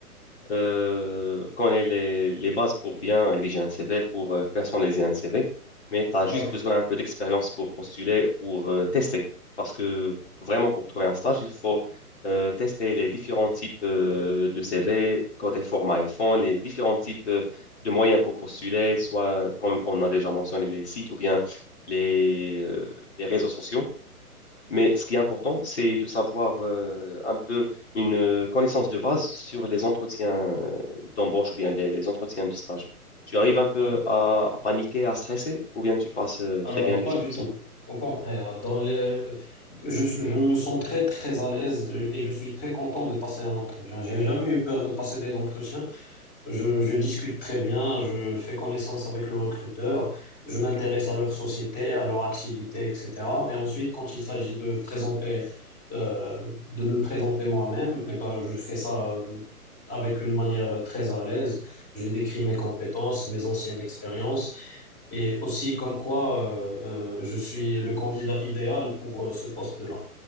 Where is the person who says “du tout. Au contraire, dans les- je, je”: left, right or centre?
Left